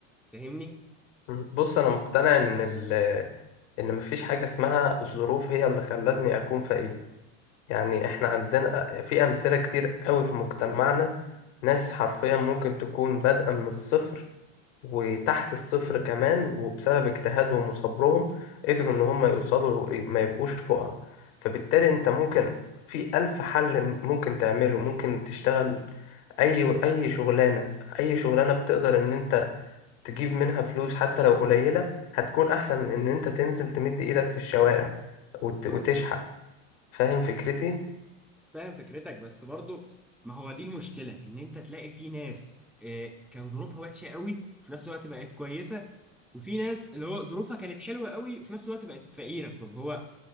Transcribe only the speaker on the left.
مم. بص أنا مقتنع إن ال إن مفيش حاجة اسمها الظروف هي اللي خلتني أكون فقير يعني احنا عندنا في أمثلة كتير قوي في مجتمعنا ناس حرفيا ممكن تكون بادئة من الصفر وتحت الصفر كمان وبسبب اجتهادهم وصبرهم قدروا إن هم يوصلوا إيه، ما يبقوش فقراء فبالتالي أنت ممكن في ألف حل ممكن تعمله ممكن تشتغل أي أي شغلانة أي شغلانة بتقدر إن أنت تجيب منها فلوس حتى لو قليلة هتكون أحسن من إن أنت تنزل تمد إيدك في الشوارع وت-
وتشحت فاهم فكرتي؟